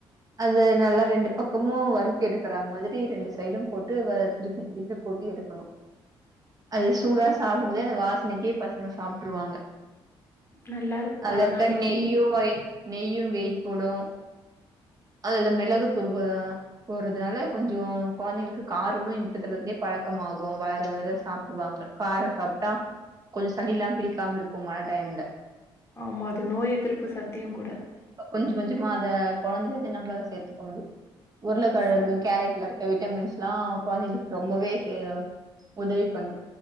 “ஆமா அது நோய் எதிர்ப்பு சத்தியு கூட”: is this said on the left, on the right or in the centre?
Left